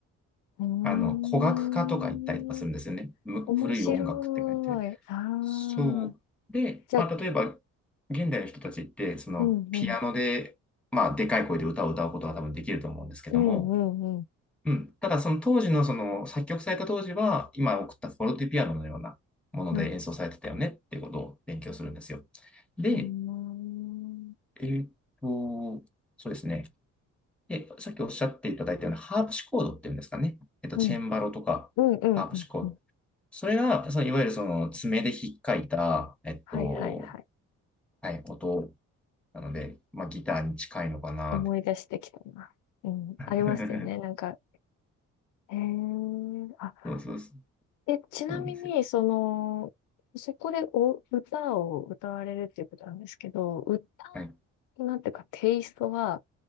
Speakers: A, on the left; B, in the centre.
A: ん。
B: あの、古楽科とか行ったりとかするんですよね。
A: うーん。
B: む古い音楽って書いて。
A: 面白い。あ
B: そう。
A: あ。
B: で、
A: じゃあ、
B: まあ、例えば、現代の人たちって、その、
A: うん、
B: ピアノで、
A: うん。
B: まあ、でかい声で歌を歌うことは多分できると思うんですけども、
A: うん、うん、うん。
B: うん。ただ、その当時の、その、作曲された当時は、今送ったフォルティピアノのようなもので演奏されてたよねっていうことを勉強するんですよ。
A: はい。
B: で、
A: うーん。
B: えーっと、そうですね。で、さっきおっしゃっていただいたようなハープシコードっていうんですかね。えっと、
A: うん、
B: チェンバロとか、
A: うん、うん、
B: ハープシコード。
A: うん。うん
B: それが、その、いわゆるその、爪でひっかいた、えっと、
A: はい、はい、はい。
B: はい、音なので、まあ、ギターに近いのかなって。
A: 思い出してきたな。うん、
B: <laughs>
A: ありますよね。なんか、へえ、あ、
B: そうそうそう。
A: で、ちなみに、
B: そうなんですよ。
A: その、そこでお歌を歌われるっていうことなんですけど、歌
B: はい、
A: なんていうか、テイストは、